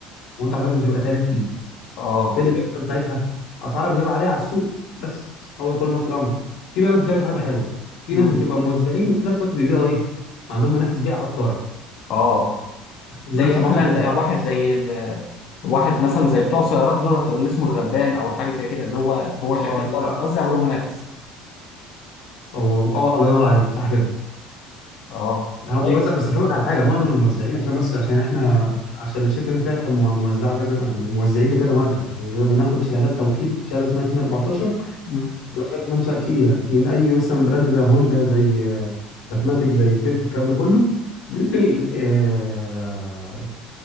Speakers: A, on the left; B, on the left.
A: وانت حضرتك بتبقى تالت ايد
B: اه
A: فايه اللي بيحصل ساعتها اسعارك بتبقى عاليه على السوق بس هو ده كل ما في الامر في بقى ناس بتعمل حركه حلوه في
B: امم
A: ناس بتبقى موزعين وفي نفس الوقت بيبيعوا ايه عندهم منافس بيع قطاعي
B: اه
A: المنافسه
B: زي
A: معاهم
B: مثلا
A: بتبقى صعبه
B: واحد
A: قوي الصراحه
B: زي ال... واحد مثلا زي بتوع السيارات دولت اللي اسمه الغلبان او الحاجه زي كده اللي هو هو
A: اه
B: شغال بره موزع وله منافس
A: هو اه الله ينور عليك صح كده
B: اه
A: يعني هو
B: طيب
A: بيوزع بس افهمك على حاجه معظم الموزعين عشان بس عشان احنا عشان الشركه اللي فيها مو- موزعه لكذا يعني موزعين لكذا ماركه بناخد شهادات توكيل شهاده اسمها سين 14
B: مم.
A: دخلت منشأ تقيلة من أي مثلا براند زي هوندا زي آه، باتماتيك زي سبيت الكلام ده كله
B: مم.
A: <clears throat> آه،